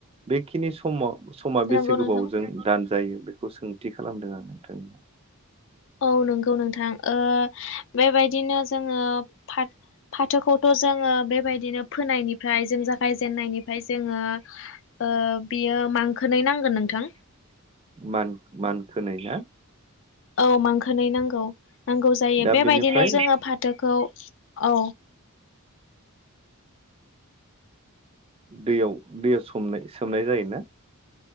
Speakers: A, on the right; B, on the left.
A: बेखिनि समाव समा बेसे
B: नंगौ नोंथां
A: गोबावजों दानजायो बेखौ सोंथि खालामदों आं नोंथां
B: औ नंगौ नोंथां। ओ बेबायदिनो जोङो फाथ फाथोखौथ' जोङो बेबायदिनो फोनायनिफ्राय जों जागायजेननायनिफ्राय जोङो ओ बियो मांखोनै नांगोन नोंथां।
A: मान मानखोनै ना?
B: औ मांखोनै नांगौ नांगौ। जायो
A: दा
B: बेबायदिनो
A: बेनिफ्राय
B: जोङो फाथोखौ औ।
A: दैयाव दैयाव समनाय सोमनाय जायोना?